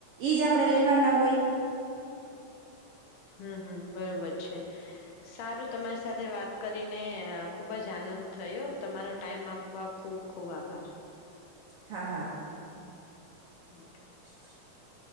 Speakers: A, on the right; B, on the left.
A: ઈજ આપણે લેવાના હોય.
B: હમ હમ બરોબર છે, સારું તમારી સાથે વાત કરીને ખુબ જ આનંદ થયો. તમારો ટાઈમ આપવા ખૂબ ખૂબ આભાર.
A: હા હા.
B: <inaudible>
A: <inaudible>